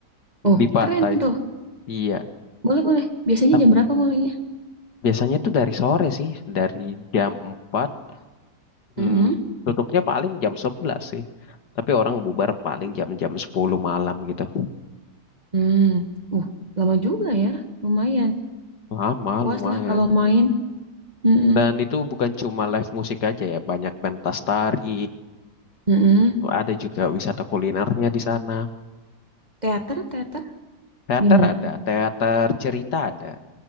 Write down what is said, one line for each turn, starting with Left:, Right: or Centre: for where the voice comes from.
Right: Oh,
Left: di pantai
Right: keren tuh.
Left: iya
Right: Boleh boleh. Biasanya
Left: tapi
Right: jam berapa mulainya?
Left: biasanya tuh dari sore sih dari jam empat hmm,
Right: Mm-mm.
Left: tutupnya paling jam 11 sih tapi orang bubar paling jam-jam 10 malam gitu
Right: Hmm. Uh, lama juga ya. Lumayan.
Left: lama
Right: Puas
Left: lumayan
Right: lah kalau main. Mm-mm.
Left: dan itu bukan cuma live musik aja ya banyak pentas tari
Right: Mm-mm.
Left: Ada juga wisata kulinernya di sana.
Right: Teater, teater.
Left: Teater
Right: Gimana?
Left: ada, teater cerita ada.